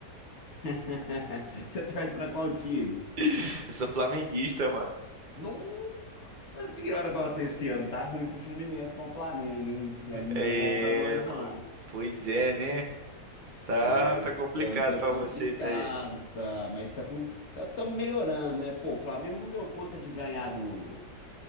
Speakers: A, on the left (about 45°); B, on the right (about 60°).
A: <laughs> Você torce para qual time?
B: <laughs> Eu sou flamenguista, mano.
A: Nossa senhora, nossa, esse ano tá ruim pro Fluminense com o Flamengo, hein? Esse ano não
B: É,
A: deu bom para nós,
B: mano.
A: não.
B: Pois é, né? Tá,
A: É,
B: tá
A: esse
B: complicado
A: ano tá
B: pra
A: complicado,
B: vocês aí.
A: tá, mas tá com, tá, tá melhorando, né? Pô, o Flamengo não deu conta de ganhar do,